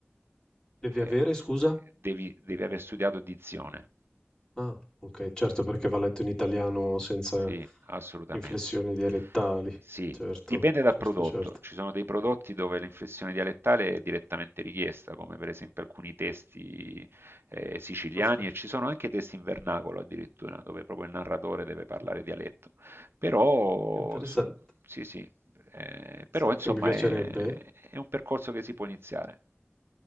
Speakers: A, on the left; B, on the right.
A: Devi
B: Eh,
A: avere, scusa?
B: devi, devi aver studiato dizione.
A: Ah, ok, certo, perché va letto in italiano senza
B: Sì, assolutamente.
A: inflessioni dialettali.
B: Sì,
A: Certo,
B: dipende dal
A: certo,
B: prodotto.
A: certo.
B: Ci sono dei prodotti dove l'inflessione dialettale è direttamente richiesta, come per esempio alcuni testi eh, siciliani,
A: Ah, sì.
B: e ci sono anche testi in vernacolo addirittura, dove proprio il narratore deve parlare
A: Ah,
B: dialetto. Però,
A: Interessante.
B: s- sì, sì, eh, però
A: Sai
B: insomma
A: che mi piacerebbe?
B: è, è un percorso che si può iniziare.